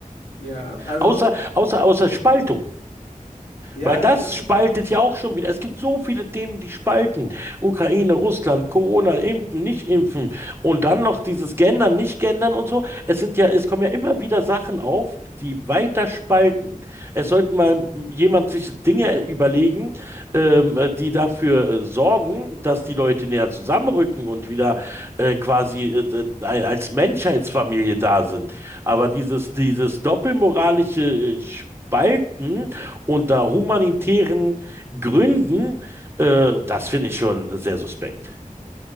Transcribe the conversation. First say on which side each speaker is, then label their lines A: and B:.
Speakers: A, on the left; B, on the right.
A: Ja, also,
B: Außer, außer, außer Spaltung.
A: ja,
B: Weil das
A: das
B: spaltet
A: ist
B: ja auch schon wieder. Es gibt so viele Themen, die spalten. Ukraine, Russland, Corona, impfen, nicht impfen und dann noch dieses Gendern, nicht Gendern und so. Es sind ja, es kommen ja immer wieder Sachen auf, die weiter spalten. Es sollten mal jemand sich Dinge überlegen, ähm, äh, die dafür äh, sorgen, dass die Leute näher zusammenrücken und wieder äh, quasi äh, d- als Menschheitsfamilie da sind. Aber dieses, dieses doppelmoralische äh, Spalten, unter humanitären Gründen, äh, das finde ich schon sehr suspekt.